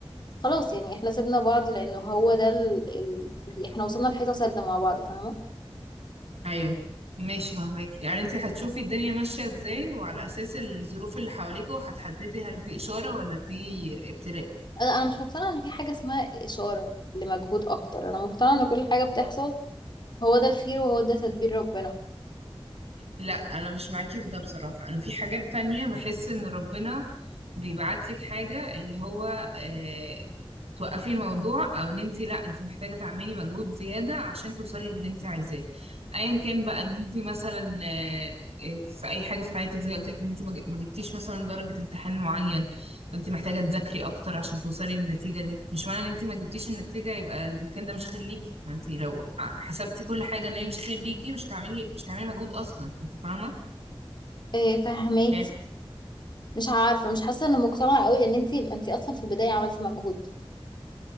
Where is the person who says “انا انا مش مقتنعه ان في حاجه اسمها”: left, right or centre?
Left